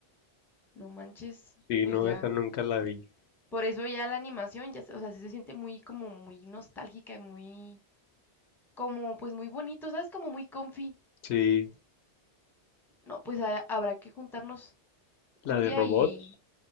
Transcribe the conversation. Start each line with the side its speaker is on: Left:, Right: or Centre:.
Centre: no manches,
Left: Sí,
Centre: pues
Left: no,
Centre: ya.
Left: esa nunca la vi.
Centre: Por eso ya la animación, ya, se- o sea, sí se siente muy como muy nostálgica y muy, como pues muy bonito, ¿sabes? Como muy comfy.
Left: Sí,
Centre: No, pues ha- habrá que juntarnos un
Left: la de
Centre: día
Left: robots,
Centre: y